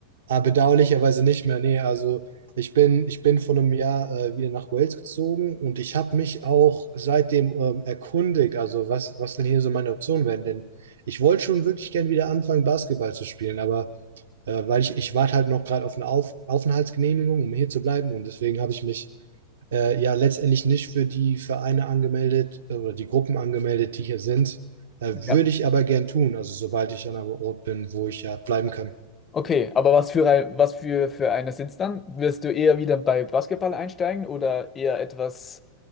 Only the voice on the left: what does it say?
Ja.
Okay, aber was für ein, was für, für eine sind's dann? Wirst du eher wieder bei Basketball einsteigen oder eher etwas,